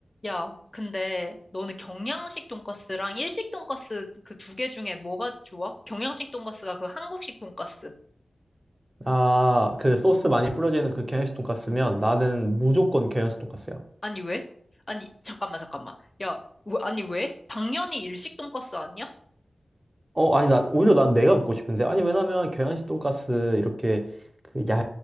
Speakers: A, on the left; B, on the right.
A: 야, 근데 너는 경양식 돈가스랑 일식 돈가스 그 두 개 중에 뭐가 좋아? 경양식 돈가스가 그 한국식 돈가스.
B: 아, 그 소스 많이 뿌려지는 그 경양식 돈까스면 나는 무조건 경양식 돈까스야.
A: 아니, 왜? 아니, 잠깐만, 잠깐만. 야, 왜- 아니, 왜? 당연히 일식 돈가스 아니야?
B: 어, 아니, 나, 오히려 난 내가 먹고 싶은데. 아니, 왜냐면 경양식 돈까스 이렇게 그 얇,